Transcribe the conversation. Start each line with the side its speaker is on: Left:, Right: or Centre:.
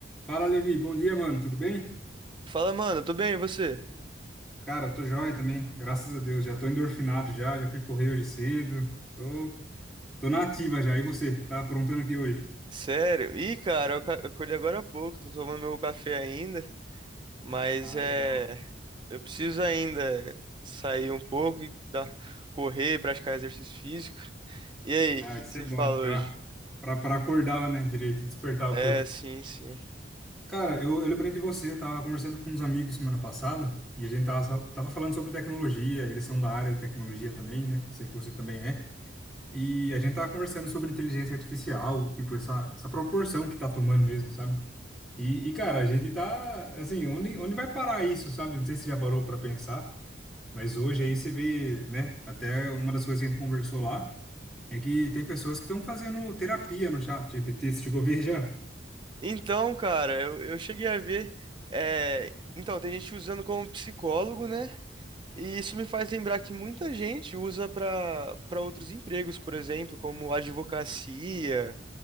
Centre: Fala, Levi. Bom dia, mano. Tudo bem?
Right: Fala, mano, tô bem, e você?
Centre: Cara, tô joia também. Graças a Deus. Já tô endorfinado já. Já fui correr hoje cedo. Tô, tô na ativa já. E você? Tá aprontando aqui hoje?
Right: Sério? Ih, cara, eu ca- eu acordei agora há pouco, tô tomando meu café ainda, mas
Centre: Ah,
Right: é.
Centre: legal.
Right: Eu preciso ainda sair um pouco e dar... correr, praticar exercício físico. E aí,
Centre: Ah,
Right: o que
Centre: isso
Right: que você
Centre: é bom
Right: fala hoje?
Centre: pra, pra, pra acordar, né? Direito, despertar
Right: É,
Centre: o corpo.
Right: sim, sim.
Centre: Cara, eu, eu lembrei de você. Eu tava conversando com uns amigos semana passada e a gente tava, tava falando sobre tecnologia. Eles são da área de tecnologia também, né? Sei que você também é. E a gente tava conversando sobre inteligência artificial, tipo, essa, essa proporção que tá tomando mesmo, sabe? E, e, cara, a gente tá, assim, onde, onde vai parar isso, sabe? Não sei se você já parou pra pensar, mas hoje aí você vê, né? Até uma das coisas que a gente conversou lá é que tem pessoas que estão fazendo terapia no chat GPT, você chegou a ver já?
Right: Então, cara, eu, eu cheguei a ver. é, Então, tem gente usando como psicólogo, né? E isso me faz lembrar que muita gente usa para para outros empregos, por exemplo, como advocacia.